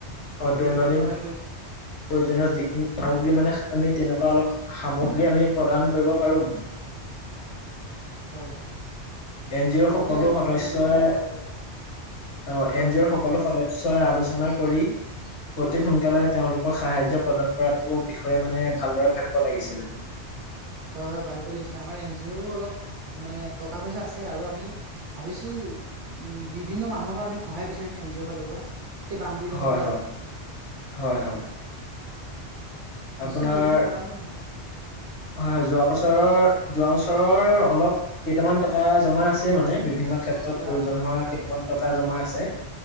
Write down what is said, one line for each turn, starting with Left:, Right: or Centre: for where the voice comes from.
Left: অ'
Right: সেইসমূহ
Left: দৈনন্দিন
Right: আমি প্ৰদান
Left: প্ৰয়োজনীয়
Right: কৰিম
Left: যিখিনি সামগ্ৰী মানে আমি তেনেকুৱা অলপ সামগ্ৰী আমি প্ৰদান কৰিব পাৰো।
Right: হয়।
Left: এন জি অ'ৰ
Right: সেইটোকে
Left: সকলো সদস্যই
Right: ক'ব মানে মনত পৰিল
Left: অ
Right: হয়
Left: এন জি অ'ৰ সকলো সদ স্যই আলোচনা কৰি অতি সোনকালে তেওঁলোকক
Right: হয়
Left: সাহায্য প্ৰদান কৰাটোকো বিষয়ে মানে ভালদৰে ভাবিব লাগিছিলে।
Right: হয় হয় ভাবিব লাগিছিলে। আমাৰ এন জি অ'ৰো অলপ মানে টকা পইচা আছে। আৰু আমি ভাবিছো উম বিভিন্ন মানুহৰ পৰা আমি সহায় বিচাৰিম এন জি অ'ৰ ফালৰ পৰা। এই বানপীড়িত
Left: হয়
Right: সকলৰ
Left: হয়
Right: বাবে।
Left: হয় হয়।
Right: নিশ্চয়
Left: আপোনাৰ
Right: বহুতে প্ৰদান
Left: হয় যোৱা বছৰৰ যোৱা বছৰৰ অলপ কেইটামান টকা জমা আছে মানে। বিভিন্ন ক্ষেত্ৰত
Right: হয়
Left: প্ৰয়োজন
Right: আমাৰ
Left: হোৱা কেইটামান টকা জমা আছে।